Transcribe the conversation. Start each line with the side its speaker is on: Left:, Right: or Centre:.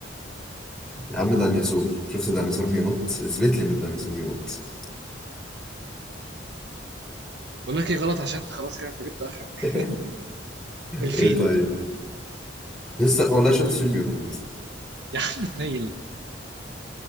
Centre: يا عم ديناصور شفت ديناصور بينط اثبت لي ان الديناصور بينط
Right: بقول لك ايه غلط عشان انت خلاص كده انت جبت اخرك
Centre: <laughs>
Right: الفيل
Centre: ايه طيب
Right: <laughs>
Centre: لسه والله شفت شيل بينط
Right: يا عم اتنيل